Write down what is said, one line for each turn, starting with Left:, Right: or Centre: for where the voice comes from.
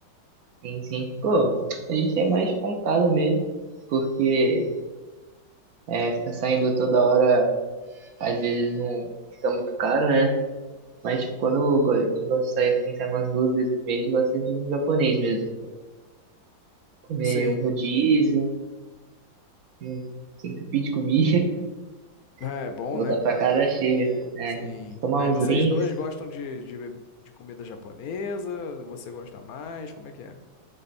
Right: Sim, sim. Pô, a gente é mais pancada mesmo, porque é, ficar saindo toda hora, às vezes não fica muito caro, né? Mas tipo, quando eu go- eu gosto de sair assim, sai umas duas vezes por mês, eu gosto de ir num japonês mesmo. Comer
Left: Sim,
Right: um rodízio, um- se entupir de comida,
Left: é
Right: <laughs>
Left: bom,
Right: voltar
Left: né?
Right: pra casa cheia, né?
Left: Sim.
Right: Tomar
Left: Aí
Right: uns
Left: vocês
Right: drinks.
Left: dois gostam de, de, be- de comida japonesa? Você gosta mais? Como é que é?